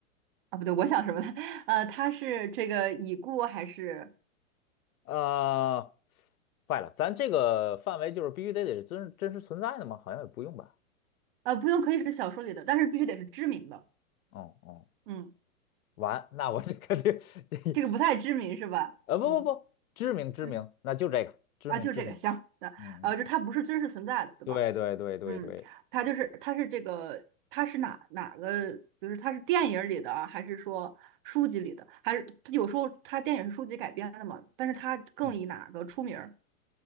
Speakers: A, on the right; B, on the left.
A: 啊，不对，我想什么呢？<laughs> 呃，它是这个已故还是
B: 啊、坏了，咱这个范围就是必须得得是真真实存在的吗？好像也不用吧，
A: 呃，不用，可以是小说里的，但是必须得是知名的。
B: 嗯嗯，
A: 嗯，
B: 完，那我这肯定，<laughs>
A: 这个不太知名是吧？
B: 呃，不不不，
A: 嗯
B: 知名知名，
A: 嗯，
B: 那就这个知名知名，
A: 啊，就这个行。那呃，
B: 嗯嗯，
A: 就它不是真实存在的，对吧？
B: 对对对对对，
A: 嗯，他就是他是这个他是哪哪个？就是他是电影里的啊，还是说书籍里的？还是他有时候他电影是书籍改编的嘛？但是他更以哪个出名儿，
B: 嗯，